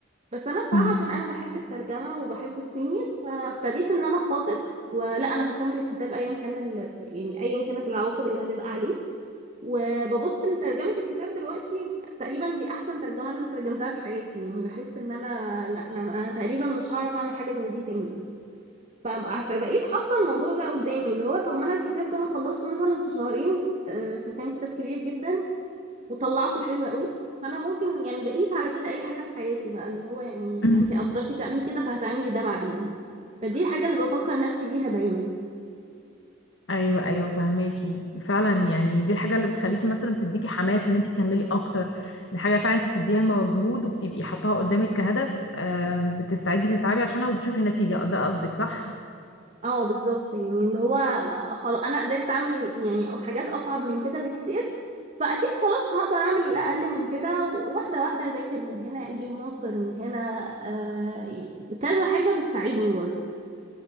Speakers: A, on the right; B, on the left.
A: بس انا بصراحه
B: مم.
A: عشان انا بحب الترجمه وبحب الصيني فابتديت ان انا اخاطب ولا انا هكمل الكتاب ايا كان ال... يعني ايا كانت العواقب اللي هتبقى عليه وببص لترجمه الكتاب دلوقتي تقريبا دي احسن ترجمه انا ترجمتها في حياتي يعني بحس ان انا لا انا, أنا تقريبا مش هعرف اعمل حاجه زي دي تاني ف- فبقيت حاطه الموضوع ده قدامي اللي هو طب ما انا الكتاب ده انا خلصته مثلا في شهرين آه، فكان كتاب كبير جدا وطلعته حلو قوي فانا ممكن يعني بقيس على كده اي حاجه في حياتي بقى اللي هو يعني
B: مم.
A: ما انت قدرتي تعملي كده فهتعملي ده بعدين فدي الحاجه اللي بفكر نفسي بيها دايما
B: ايوه ايوه فهماكي فعلا يعني دي الحاجه اللي بتخليكي مثلا بتديكي حماس ان انت تكملي اكتر الحاجه فعلا انت بتديها مجهود وبتبقي حاطاها قدامك كهدف آم، بتستعدي تتعبي عشانها وبتشوفي نتيجه ده قصدك صح
A: اه بالظبط يعني اللي هو خلاص انا قدرت اعمل يعني حاجات اصعب من كده بكتير فاكيد خلاص هقدر اعمل الاقل من كده واحده واحده اذاكر من هنا اجيب مصدر من هنا آه كذا حاجه بتساعدني برضو